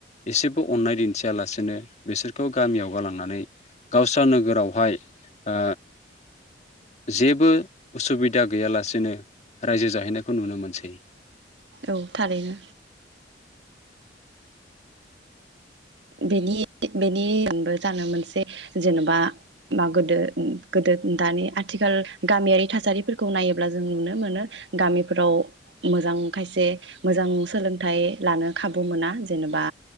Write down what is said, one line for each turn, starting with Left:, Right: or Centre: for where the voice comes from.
Left: एसेबो अननाय दिन्थियालासेनो बिसोरखौ गामियाव गालांनानै गावस्रा नोगोरावहाय ओ जेबो उसुबिदा गैयालासेनो रायजो जाहैनायखौ नुनो मोनसै।
Right: औ थारैनो बेनि बेनिबो जानो मोनसे जेन'बा मा गोदो गोदो दानि आथिखाल गामियारि थासारिफोरखौ नायोब्ला जों नुनो मोनो गामिफोराव मोजां खायसे मोजां सोलों थाय लानो खाबु मोना जेनेबा